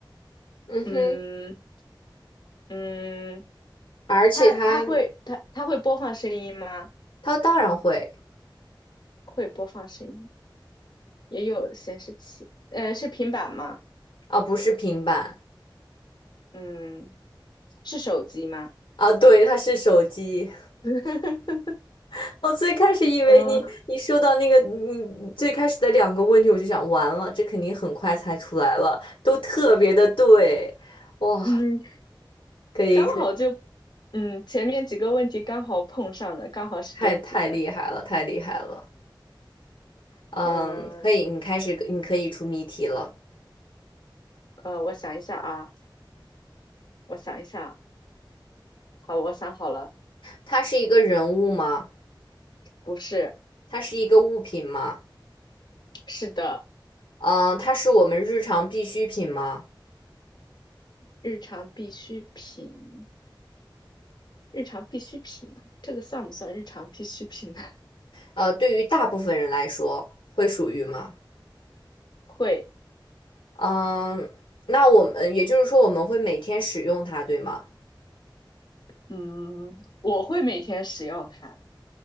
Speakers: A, on the left; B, on the left.
A: 嗯哼，
B: 嗯嗯，
A: 而且它
B: 它它会它它会播放声音吗？
A: 它当然会
B: 会播放声音，也有显示器，呃，是平板吗？
A: 啊，不是平板
B: 嗯，是手机吗？
A: 啊，对，它是手机。
B: <laughs>
A: <laughs> 我最开始以为你你说到那个你最开始的两个问题，
B: 呃
A: 我就想完了，这肯定很快猜出来了，都特别的对，哇，
B: 嗯，
A: 可以可以，
B: 刚好就嗯前面几个问题刚好碰上了，刚好是电子的。
A: 太太厉害了，太厉害了，嗯，
B: 嗯
A: 可以，你开始你可以出谜题了。
B: 呃，我想一下啊，我想一下啊。好，我想好了，
A: 它是一个人物吗？
B: 不是，
A: 它是一个物品吗？
B: 是的，
A: 嗯、呃它是我们日常必需品吗？
B: 日常必需品，日常必需品，这个算不算日常必需品呢？
A: 呃，对于大部分人来说，会属于吗？
B: <laughs> 会，
A: 嗯、那我们也就是说，我们会每天使用它，对吗？
B: 嗯，我会每天使用它，